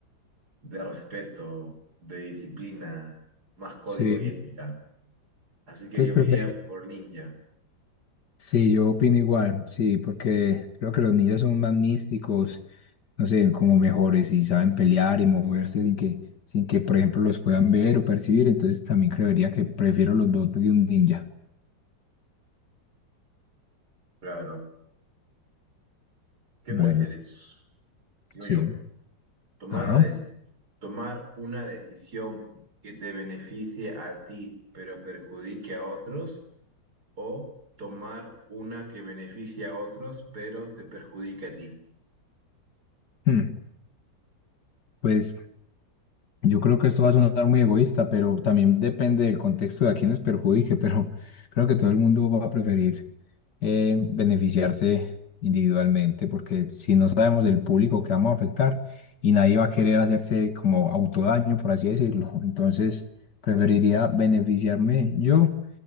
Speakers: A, on the right (about 55°); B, on the left (about 60°).
A: de respeto, de disciplina, más código
B: sí.
A: y ética. Así que
B: Entonces
A: yo me
B: preferí.
A: iría por ninja,
B: Sí, yo opino igual, sí, porque creo que los ninjas son más místicos, no sé, como mejores y saben pelear y moverse sin que, sin que, por ejemplo, los puedan ver o percibir. Entonces también creería que prefiero los dotes de un ninja.
A: claro. ¿Qué
B: Bueno,
A: prefieres? Sigo
B: sí.
A: yo. Tomar
B: Ajá.
A: una deci- tomar una decisión que te beneficie a ti, pero perjudique a otros, o tomar una que beneficie a otros, pero te perjudique a ti.
B: Hmm, Pues yo creo que esto va a sonar muy egoísta, pero también depende del contexto de a quienes perjudique, <laughs> pero creo que todo el mundo va a preferir. eh, beneficiarse individualmente, porque si no sabemos el público que vamos a afectar y nadie va a querer hacerse como autodaño, por así decirlo, entonces preferiría beneficiarme yo